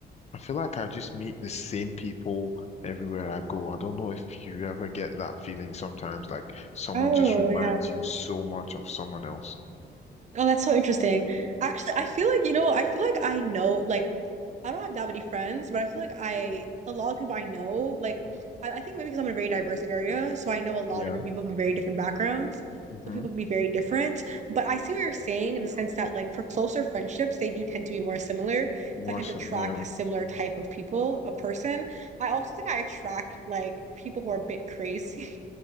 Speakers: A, on the left; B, on the right.
A: I feel like I just meet the same people everywhere I go. I don't know if you ever get that feeling sometimes, like someone
B: Oh,
A: just reminds
B: yeah.
A: you so much of someone else.
B: Oh, that's so interesting. Actually, I feel like, you know, I feel like I know, like, I don't have that many friends, but I feel like I, a lot of people I know, like, I, I think maybe because I'm in a very diverse area, so I know a lot
A: Yeah.
B: of different people from very different backgrounds.
A: Mm-hmm.
B: So people can be very different. But I see what you're saying in the sense that, like, for closer friendships, they do tend to be more similar.
A: Awesome,
B: So I tend to attract
A: yeah.
B: a similar type of people, a person. I also think I attract, like, people who are a bit crazy.